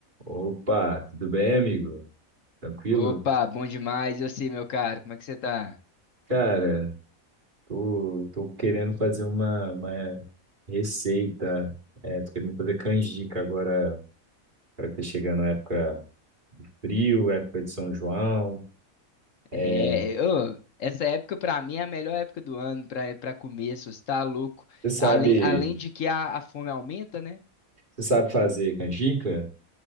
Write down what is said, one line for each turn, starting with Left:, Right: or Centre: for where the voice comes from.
Right: Opa, tudo bem, amigo? Tranquilo?
Left: Opa, bom demais. Eu sei, meu caro, como é que você tá?
Right: Cara, tô, tô querendo fazer uma, uma receita. É, tô querendo fazer canjica agora para ter chegando a época frio, época de São João. É,
Left: É, ô, essa época pra mim é a melhor época do ano pra para comer, se você tá louco.
Right: Você sabe,
Left: Além, além de que a, a fome aumenta, né?
Right: você sabe fazer canjica?